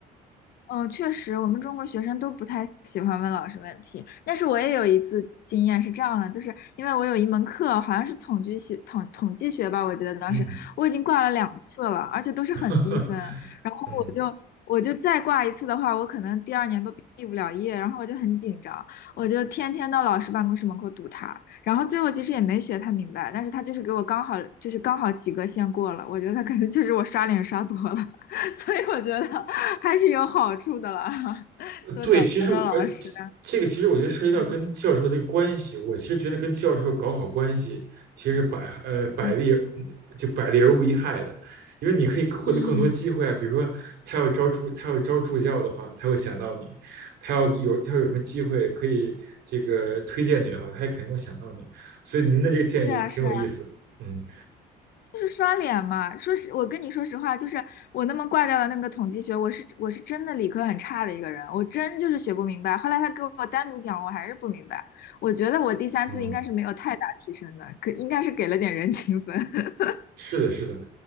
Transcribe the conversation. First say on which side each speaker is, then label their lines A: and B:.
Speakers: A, on the left; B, on the right.
A: 嗯，确实，我们中国学生都不太喜欢问老师问题。但是我也有一次经验是这样的，就是因为我有一门课，好像是统计学、统统计学吧，我记得当时我已经挂了两次了，
B: 嗯
A: 而且都是很低分。
B: <laughs>，
A: 然后我就我就再挂一次的话，
B: 嗯，
A: 我可能第二年都毕不了业。然后我就很紧张，我就天天到老师办公室门口堵他。然后最后其实也没学太明白，但是他就是给我刚好就是刚好及格线过了。我觉得他可能就是我刷脸刷多了，<laughs> 所以我觉得。还是有好处的啦，<laughs>
B: 呃对，
A: 多找找老师。
B: 其实而这这个其实我觉得涉及到跟教授的关系，
A: 嗯
B: 我其实觉得跟教授搞好关系，其实百呃百利
A: 嗯
B: 就百利而无一害的，因为你可以获得更多机会啊。
A: 嗯，
B: 比如说他要招助他要招助教的话，他会想到你；他要有他要有什么机会可以这个推荐你的话，他也肯定会想到你。所以您的这个建议挺有意思，
A: 是啊，是啊，
B: 嗯。
A: 就是刷脸嘛。说实，我跟你说实话，就是我那么挂掉的那个统计学，我是我是真的理科很差的一个人，我真就是学不明白。后来他给我单独讲，我还是不明白。我觉得我第三次应该是没有太大提升的，
B: 嗯，
A: 可应该是给了点人情分。<laughs>
B: 是的，是的，